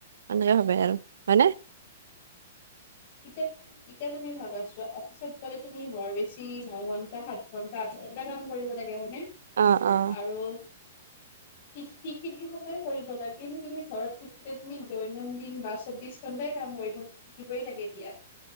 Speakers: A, on the right; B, on the left.
A: এনেকে ভাবে আৰু হয়নে
B: এতিয়া এতিয়া তুমি ভাবা আছো অফিচত গ'লে তুমি বৰ বেছি নঘন্টা সাত ঘন্টা এটা কাম কৰিব লাগে হয়নে
A: অ অ
B: আৰু
A: <inaudible>
B: সেইখিনি সময়ে কৰিব লাগে কিন্তু তুমি ঘৰত থাকিলে তুমি দৈনন্দিন বা চৌবিশ ঘন্টাই কাম কৰি থাকিবই লাগে দতিয়া